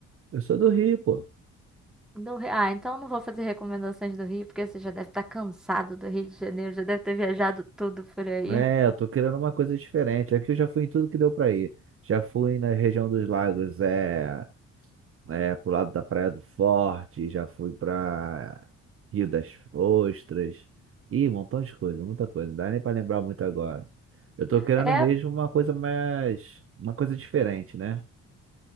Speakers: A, on the right; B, in the centre.
A: Eu sou do Rio, pô.
B: Do Rio. Ah, então eu não vou fazer recomendações do Rio, porque você já deve estar cansado do Rio de Janeiro, já deve ter viajado tudo por aí.
A: É, eu tô querendo uma coisa diferente. Aqui eu já fui em tudo que deu pra ir. Já fui na região dos lagos, é, é pro lado da Praia do Forte, já fui pra Rio das Ostras. Ih, um montão de coisa, muita coisa. Não dá nem pra lembrar muito agora. Eu tô querendo
B: É,
A: mesmo uma coisa mais, uma coisa diferente, né?